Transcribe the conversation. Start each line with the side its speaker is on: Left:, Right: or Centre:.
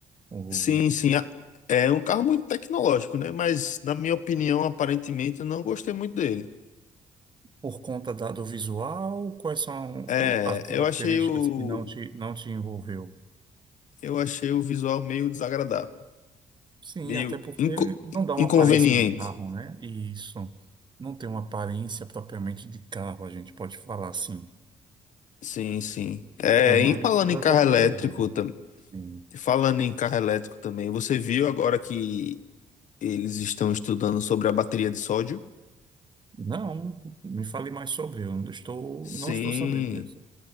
Right: o,
Left: Sim, sim. a- É um carro muito tecnológico, né? Mas, na minha opinião, aparentemente, eu não gostei muito dele.
Right: por conta da, do visual, quais são
Left: É,
Right: o- as características
Left: eu achei o,
Right: que não te, não te envolveu?
Left: eu achei o visual meio desagradável,
Right: Sim,
Left: meio
Right: até porque
Left: inco-
Right: não dá uma
Left: inconveniente.
Right: aparência de carro, né? E isso não tem uma aparência propriamente de carro, a gente pode falar assim,
Left: Sim, sim. É,
Right: por
Left: em
Right: mais
Left: falando
Right: de toda
Left: em carro
Right: tecnologia.
Left: elétrico, tam-
Right: Sim.
Left: falando em carro elétrico também, você viu agora que Eles estão estudando sobre a bateria de sódio.
Right: Não, me fale mais sobre, eu não estou,
Left: Sim,
Right: não estou sabendo dessa.